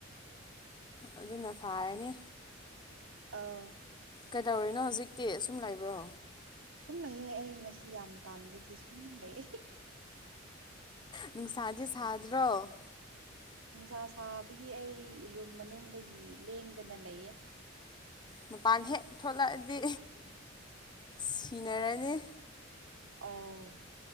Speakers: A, on the left; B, on the right.
A: ꯑꯗꯨꯅ ꯐꯥꯔꯅꯤ
B: ꯑ
A: ꯀꯩꯗꯧꯔꯤꯅꯣ ꯍꯧꯖꯤꯛꯇꯤ ꯑꯁꯨꯝ ꯂꯩꯕ꯭ꯔꯣ
B: ꯁꯨꯝ ꯂꯩꯑꯦ ꯑꯩ ꯉꯁꯤ ꯌꯥꯝ ꯇꯥꯟꯕꯒꯤ ꯁꯨꯝ ꯂꯩꯑ
A: ꯅꯨꯡꯁꯥꯗꯤ ꯁꯥꯗ꯭ꯔꯣ
B: ꯅꯨꯡꯁꯥ ꯁꯥꯕꯒꯤ ꯑꯩ ꯔꯨꯝ ꯃꯅꯨꯡꯗꯒꯤ ꯂꯦꯡꯗꯅ ꯂꯩꯌꯦ
A: ꯃꯄꯥꯟ ꯍꯦꯛ ꯊꯣꯛꯂꯛꯑꯗꯤ ꯁꯤꯅꯔꯅꯤ
B: ꯑꯎ